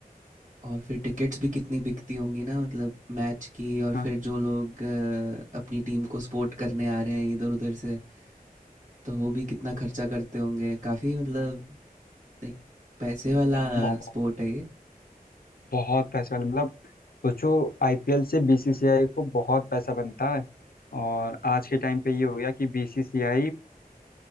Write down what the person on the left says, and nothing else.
हाँ
बहुत
बहुत पैसा वाले मतलब सोचो आईपीएल से बीसीसीआई को बहुत पैसा बनता है और आज के टाइम पे ये हो गया कि बीसीसीआई